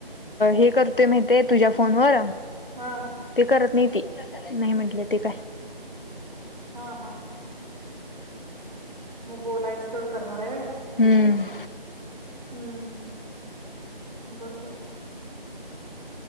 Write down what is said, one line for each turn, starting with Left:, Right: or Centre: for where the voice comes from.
Left: हे करतोय माहिती आहे तुझ्या फोनवर.
Right: हा.
Left: ते करत नाही ती नाही म्हटल्या ते काय.
Right: हा हा. मग बोलायचं तेवढं करणार आहे होय.
Left: हम.
Right: हम बरोबर.